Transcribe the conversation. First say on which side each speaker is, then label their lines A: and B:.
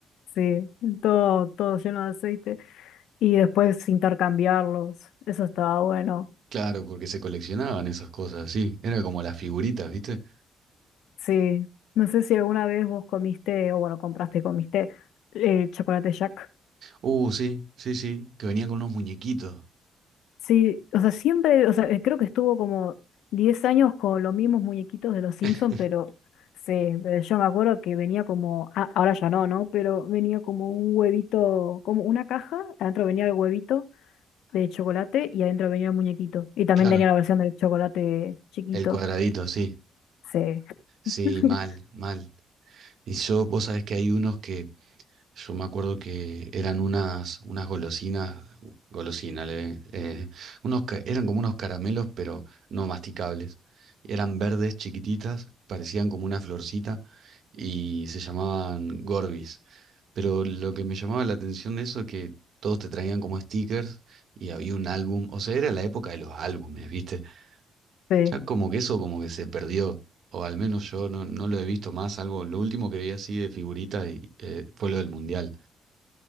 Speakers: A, on the left (about 85°); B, on the right (about 65°).
A: sí, todo, todo lleno de aceite y después intercambiarlos, eso estaba bueno.
B: Claro, porque se coleccionaban esas cosas, sí. Era como las figuritas, viste.
A: Sí, no sé si alguna vez vos comiste, o bueno, compraste, y comiste eh, chocolate Jack.
B: Uh, sí, sí, sí, que venían con unos muñequitos.
A: Sí, o sea, siempre, o sea, eh, creo que estuvo como 10 años con los mismos muñequitos de los Simpson,
B: <laughs>
A: pero sí, pero yo me acuerdo que venía como, ah, ahora ya no, ¿no? Pero venía como un huevito, como una caja, adentro venía el huevito de chocolate y adentro venía el muñequito. Y también
B: Claro,
A: tenía la versión del chocolate chiquito.
B: el cuadradito, sí.
A: Sí,
B: Sí,
A: <laughs>
B: mal, mal. Y yo, vos sabés que hay unos que Yo me acuerdo que eran unas, unas golosinas, golosinas, le- eh, unos, ca- eran como unos caramelos, pero no masticables. Eran verdes, chiquititas, parecían como una florcita y se llamaban Gorbis. Pero lo que me llamaba la atención de eso es que todos te traían como stickers y había un álbum, o sea, era la época de los álbumes, ¿viste?
A: sí.
B: Ya como que eso como que se perdió, o al menos yo no, no lo he visto más, algo, lo último que vi así de figuritas y, eh, fue lo del Mundial.